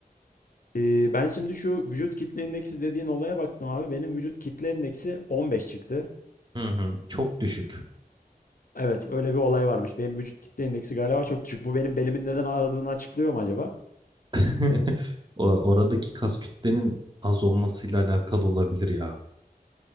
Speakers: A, on the left (about 60°); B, on the right (about 30°).
A: Eee, ben şimdi şu vücut kitle indeksi dediğin olaya baktım abi. Benim vücut kitle indeksi 15 çıktı.
B: Hı hı. Çok düşük.
A: Evet, öyle bir olay varmış. Benim vücut kitle indeksi galiba çok düşük. Bu benim belimin neden ağrıdığını açıklıyor mu acaba?
B: <laughs> O- Oradaki kas kütlenin az olmasıyla alakalı olabilir ya.